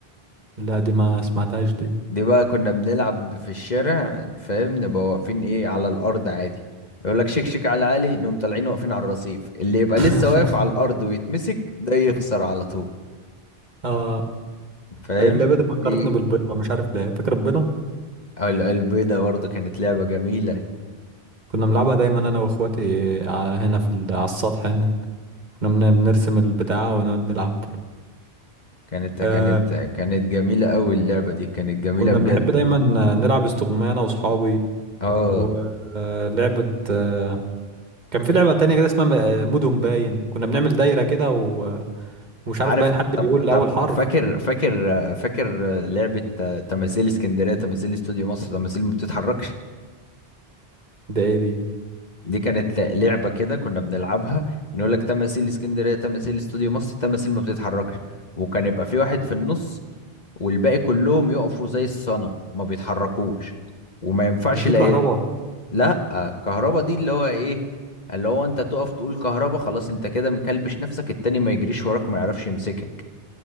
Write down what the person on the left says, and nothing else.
دي بقى كنا بنلعب في الشارع فاهم نبقى واقفين ايه على الارض عادي يقول لك شكشك على العالي نقوم طالعين واقفين على الرصيف اللي يبقى
لسه واقف على الارض ويتمسك ده يخسر على طول
فاهم
دي
او ال- البيضة برضه كانت لعبة جميلة
كانت كانت
كانت جميلة أوي اللعبة دي كانت جميلة
بجد
اه
عارف
طب
طب
فاكر فاكر فاكر لعبة تماثيل اسكندرية تماثيل استوديو مصر تماثيل ما بتتحركش
دي كانت ل- لعبة كده كنا بنلعبها نقول لك تماثيل اسكندرية تماثيل استوديو مصر تماثيل ما بتتحركش وكان يبقى في واحد في النص والباقي كلهم يقفوا زي الصنم ما بيتحركوش وما ينفعش
لا
ي- لا كهربا دي اللي هو ايه اللي هو انت تقف تقول كهربا خلاص انت كده مكلبش نفسك التاني ما يجريش وراك وما يعرفش يمسكك